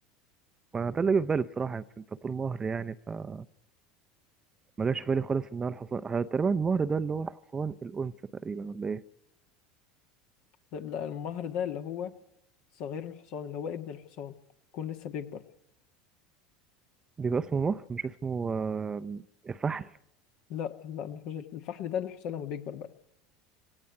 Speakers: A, on the right (about 25°); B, on the left (about 60°).
A: ما ده اللي جه في بالي بصراحه يعني انت بتقول مهر يعني فما جاش في بالي خالص ان هو الحصان اه، تقريبا المهر ده اللي هو الحصان الانثى تقريبا ولا ايه
B: لا المهر ده اللي هو صغير الحصان اللي هو ابن الحصان يكون لسه بيكبر
A: بيبقى اسمه مهر مش اسمه آه، فحل
B: لا لا ما فيهاش الفحل ده الحصان لما بيكبر بقى